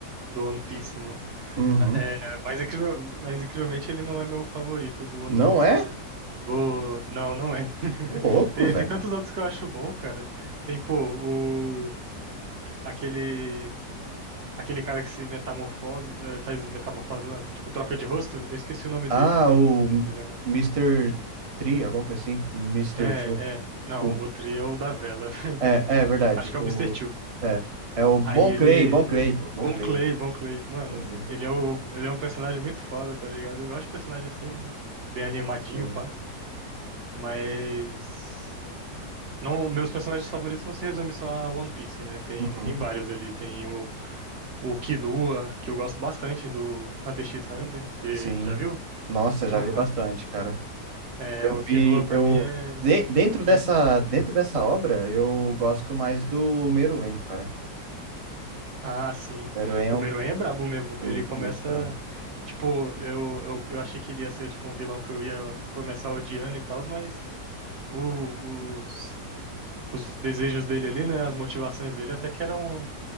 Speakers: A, on the right; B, on the right.
A: do One Piece, mano.
B: Uhum.
A: É, mas, incrível, mas incrivelmente ele não é meu favorito do One
B: Não
A: Piece,
B: é?
A: assim. Vou... Não, não é. <laughs>
B: Ô, Louco,
A: Tem,
B: velho.
A: tem tantos outros que eu acho bom, cara. Tem, pô, o... aquele. Aquele cara que se metamorfose, eh, faz metamorfose lá, tipo, troca de rosto? Eu esqueci o nome
B: Ah,
A: dele, né?
B: o
A: Mas ele é um-
B: Mister Tree, alguma coisa assim. Mister
A: É,
B: Two.
A: é. Não,
B: O,
A: o outro é o da vela, <laughs> incrivelmente.
B: é,
A: eu-
B: é verdade.
A: Acho que é
B: O,
A: o Mister Two.
B: é, é o Bon
A: Aí ele.
B: Clay, Bon Clay, pô. Bon
A: Bon
B: Clay,
A: Clay,
B: o
A: Bon Clay. Mano,
B: nome dele.
A: ele é, o... ele é um personagem muito foda, tá ligado? Eu gosto de personagem assim, né? Bem animadinho,
B: Sim.
A: pá. Mas. Não, meus personagens favoritos não se resumem só a One Piece, né? Tem,
B: Uhum.
A: tem vários ali. Tem o, o Killua, que eu gosto bastante, do Hunter x Hunter. Você
B: Sim.
A: já viu?
B: Nossa, já
A: Mano,
B: vi bastante,
A: Han-
B: cara.
A: é,
B: Eu
A: o Killua
B: vi,
A: pra
B: eu
A: mim é...
B: de- dentro
A: é-
B: dessa dentro dessa obra, eu gosto mais do Meruem, cara.
A: Ah, sim.
B: Meruem é,
A: O
B: um-
A: Meruem é brabo mesmo.
B: é
A: Ele
B: muito
A: começa.
B: muito bravo.
A: Tipo, eu, eu, eu achei que ele ia ser tipo um vilão que eu ia começar odiando e tal, mas o- os, os desejos dele ali, né? As motivações dele até que eram